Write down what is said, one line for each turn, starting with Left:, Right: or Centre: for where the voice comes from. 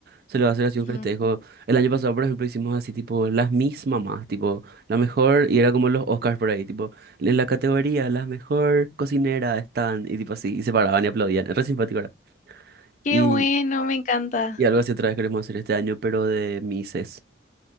Right: se le va a hacer así
Left: ujú.
Right: un festejo. El año pasado, por ejemplo, hicimos así, tipo, las mis mamás, tipo, la mejor, y era como los Oscars por ahí, tipo, en la categoría, las mejor cocinera están, y tipo así, y se paraban y aplaudían. Es re simpático, ¿verdad?
Left: Qué
Right: Y,
Left: bueno, me encanta.
Right: y algo así otra vez queremos hacer este año, pero de mises.